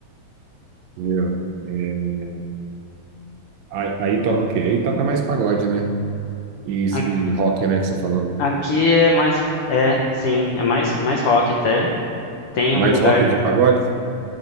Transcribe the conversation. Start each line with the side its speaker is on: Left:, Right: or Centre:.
Right: Viu? É, Aí, aí toca o quê? Aí toca mais pagode, né? E,
Left: A-
Right: e rock, né, que você falou.
Left: Aqui é mais, é, sim, é mais mais rock até. Tem um
Right: Mais
Left: lugar,
Right: rock que pagode?